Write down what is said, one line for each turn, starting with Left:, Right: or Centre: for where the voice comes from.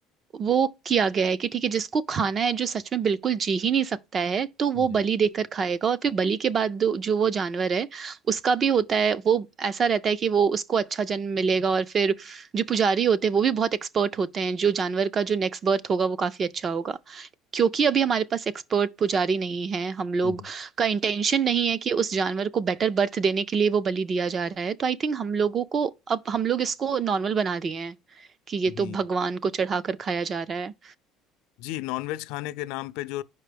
Right: वो किया गया है कि ठीक है जिसको खाना है जो सच में बिल्कुल जी ही नहीं सकता है तो वो
Left: हम्म,
Right: बलि देकर खाएगा और फिर बलि के बाद जो जो वो जानवर है उसका भी होता है वो ऐसा रहता है कि वो उसको अच्छा जन्म मिलेगा और फिर जो पुजारी होते हैं वो भी बहुत एक्सपर्ट होते हैं जो जानवर का जो नेक्स्ट बर्थ होगा वो काफी अच्छा होगा क्योंकि अभी हमारे पास एक्सपर्ट पुजारी नहीं है हम लोग
Left: हम्म।
Right: का इंटेंशन नहीं है कि उस जानवर को बेटर बर्थ देने के लिए वो बलि दिया जा रहा है तो आई थिंक हम लोगों को अब हम लोग इसको नॉर्मल बना दिए हैं कि ये
Left: जी
Right: तो भगवान को चढ़ाकर खाया जा रहा है
Left: जी नॉनवेज खाने के नाम पे जो